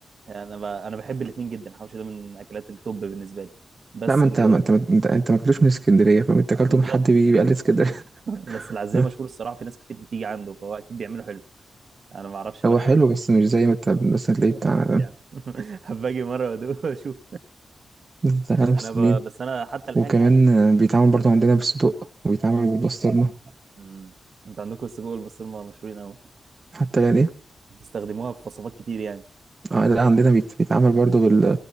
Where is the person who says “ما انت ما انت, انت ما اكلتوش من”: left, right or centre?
Right